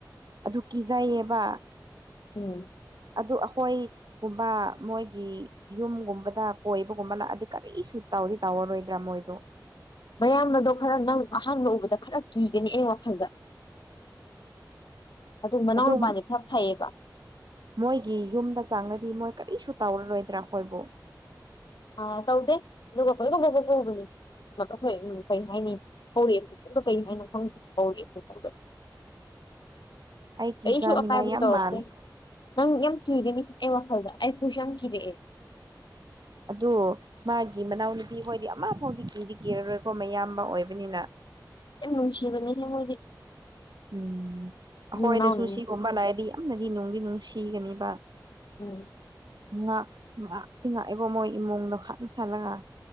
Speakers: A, on the right; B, on the left.
A: ꯑꯗꯨ ꯀꯤꯖꯩꯌꯦꯕ
B: ꯎꯝ
A: ꯑꯗꯨ ꯑꯩꯈꯣꯏ ꯒꯨꯝꯕ ꯃꯣꯏꯒꯤ ꯌꯨꯝꯒꯨꯝꯕꯗ ꯀꯣꯏꯕꯒꯨꯝꯕ ꯂꯥꯛꯑꯗꯤ ꯀꯔꯤ ꯁꯨ ꯇꯥꯎꯗꯤ ꯇꯧꯔꯔꯣꯏꯗ꯭ꯔꯥ ꯃꯣꯏꯗꯣ
B: ꯃꯌꯥꯝ ꯑꯗꯣ ꯈꯔ ꯅꯪ ꯑꯍꯥꯟꯕ ꯎꯕꯗ ꯈꯔ ꯀꯤꯒꯅꯤ ꯑꯩ ꯋꯥꯈꯜꯗ ꯑꯗꯨ ꯃꯅꯥꯎ
A: ꯑꯗꯨꯝ
B: ꯅꯨꯨꯄꯥꯗꯤ ꯈꯔ ꯐꯩꯌꯦꯕ
A: ꯃꯣꯏꯒꯤ ꯌꯨꯝꯗ ꯆꯥꯡꯅꯗꯤ ꯃꯣꯏ ꯀꯔꯤꯁꯨ ꯇꯧꯔꯔꯣꯏꯗ꯭ꯔꯥ ꯑꯩꯏꯕꯨ
B: ꯑ ꯇꯧꯗꯦ ꯑꯗꯨꯒ ꯀꯣꯏ ꯀ ꯐꯥꯎꯕ ꯄꯨꯕꯅꯤꯣꯏ ꯀꯔꯤ ꯍꯥꯏꯅꯤ ꯍꯧꯔꯛꯦꯈꯣꯏꯗ ꯀꯩ ꯍꯥꯏꯅꯣ ꯈꯪꯦ ꯍꯧꯔꯛꯦ ꯑꯩꯣꯏꯥꯎꯗ
A: ꯑꯩ ꯀꯤꯖꯅꯤꯡꯉꯥꯏ
B: ꯑꯩꯁꯨ ꯑꯀꯥꯏꯕꯗꯨ
A: ꯌꯥꯝ
B: ꯇꯧꯔꯀꯦ
A: ꯃꯥꯜꯂꯦ
B: ꯅꯪ ꯌꯥꯝ ꯀꯤꯒꯅꯤ ꯑꯦ ꯋꯥꯈꯜꯗ ꯑꯩꯈꯁꯝ ꯀꯗꯦ
A: ꯑꯗꯨ ꯃꯥꯒꯤ ꯃꯅꯥꯎꯅꯨꯄꯤ ꯍꯣꯏꯗꯤ ꯑꯃ ꯐꯥꯎꯗꯤ ꯀꯤꯗꯤ ꯀꯤꯔꯔꯣꯏꯀꯣ ꯃꯌꯥꯝꯕ ꯑꯣꯏꯕꯅꯤꯅ
B: ꯌꯥꯝ ꯅꯨꯡꯁꯤꯕꯅꯦꯍꯦ ꯃꯣꯏꯗꯤ
A: ꯎꯝ
B: ꯃꯆꯤꯟ
A: ꯑꯩꯈꯣꯏꯗꯁꯨ
B: ꯃꯅꯥꯎꯅꯤꯅ
A: ꯁꯤꯒꯨꯝꯕ ꯂꯥꯛꯔꯗꯤ ꯌꯥꯝꯅꯗꯤ ꯅꯨꯡꯗꯤ ꯅꯨꯡ ꯁꯤꯒꯅꯤꯕ
B: ꯎꯝ
A: ꯉꯍꯥꯛ ꯉꯍꯥꯛ ꯇꯤꯡꯉꯥꯛꯏꯕꯣ ꯃꯣꯏ ꯏꯃꯨꯡꯗꯣ ꯍꯥꯠꯅ ꯊꯜꯂꯒ